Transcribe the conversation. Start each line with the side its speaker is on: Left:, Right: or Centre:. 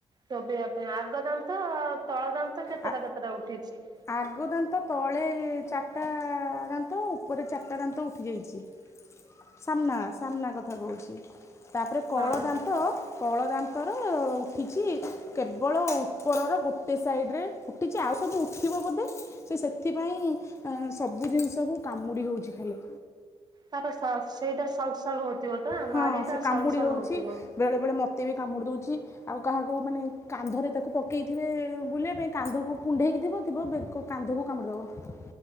Right: ଚୋବେଇବା ପାଇଁ ଆଗ ଦାନ୍ତ ଆଉ ତଳ ଦାନ୍ତ କେତେଟା
Left: ଆ
Right: କେତେଟା ଉଠିଚି?
Left: ଆଗ ଦାନ୍ତ ତଳେ ଚାରିଟା ଦାନ୍ତ ଉପରେ ଚାରିଟା ଦାନ୍ତ ଉଠିଯାଇଚି।
Right: ହଁ
Left: ସାମ୍ନା ସାମ୍ନା କଥା କୋହୁଚି ତାପରେ କଳ
Right: ହଁ
Left: ଦାନ୍ତ କଳ ଦାନ୍ତର ଉଠିଚି କେବଳ ଉପରର ଗୋଟେ ସାଇଡ୍ ରେ ଉଠିଚି ଆଉ ସବୁ ଉ ଠିବ ବୋଧେ ସେ ସେଥିପାଇଁ ସବୁ ଜିନିଷକୁ କାମୁଡ଼ି ହୋଉଚି ଖାଲି।
Right: ତାର ସ ସେଇଟା ସଲ୍ ସଲ୍ ହୋଉଥିବ ତ
Left: ହଁ
Right: ମାଢିଟା
Left: ସେ କାମୁଡ଼ି
Right: ସଲ୍ ସଲ୍
Left: ହେଉଛି
Right: ହୋଉଥିବ।
Left: ବେଳେବେଳେ ମତେ ବି କାମୁଡି ଦୋଉଚି। ଆଉ କାହାକୁ ମାନେ କାନ୍ଧରେ ତାକୁ ପକେଇଥିବେ ବୁଲିବା ପାଇଁ କାନ୍ଧକୁ କୁଣ୍ଢେଇକି ଥିବ ଥିବ ବେକ କାନ୍ଧକୁ କାମୁଡି ଦବ।